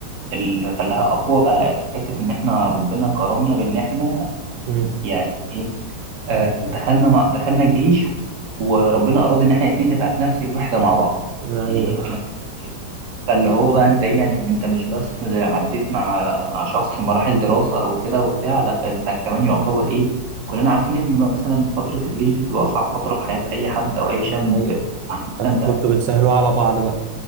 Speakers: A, on the right; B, on the right.
A: اللي خلاها اقوى بقى حته ان احنا ربنا كرمنا بان احنا
B: مم.
A: يعني ايه آه، دخلنا مع دخلنا الجيش وربنا اراد ان احنا الاتنين نبقى في نفس الوحده مع بعض
B: ايوه
A: يعني في نفس فاللي هو بقى انت ايه يعني انت مش بس عديت مع مع شخص مراحل دراسه او كده وبتاع لا انت كمان يعتبر ايه كلنا عارفين ان مثلا فتره الجيش دي بتبقى اصعب فتره في حياه اي حد او اي
B: دي
A: شاب
B: حقيقة
A: عامه
B: أنت كنتوا بتسهلوا على بعض بقى